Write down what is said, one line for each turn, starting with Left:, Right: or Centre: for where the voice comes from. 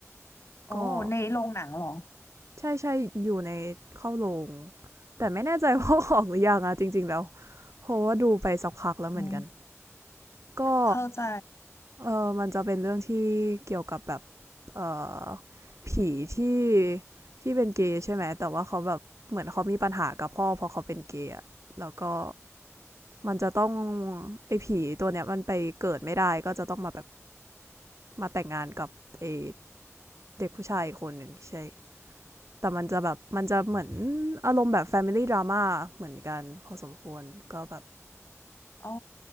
Left: โอ้ในโรงหนังหรอ
Right: ก็ใช่ใช่อยู่ในเข้าโรง แต่ไม่แน่ใจว่าออกหรือยังอะ <laughs> จริงๆแล้วเพราะว่าดูไปสักพักแล้วเหมือนกัน
Left: อืม
Right: ก็
Left: เข้าใจ
Right: เออมันจะเป็นเรื่องที่เกี่ยวกับแบบเออผีที่ที่เป็นเกย์ใช่ไหมแต่ว่าเขาแบบเหมือนเขามีปัญหากับพ่อเพราะเขาเป็นเกย์แล้วก็มันจะต้องไอ้ผีตัวเนี้ยมันไปเกิดไม่ได้ก็จะต้องมาแบบมาแต่งงานกับไอ้เด็กผู้ชายคนหนึ่งใช่แต่มันจะแบบมันจะเหมือนอารมณ์แบบ Family Drama เหมือนกันพอสมควรก็แบบ
Left: โอ้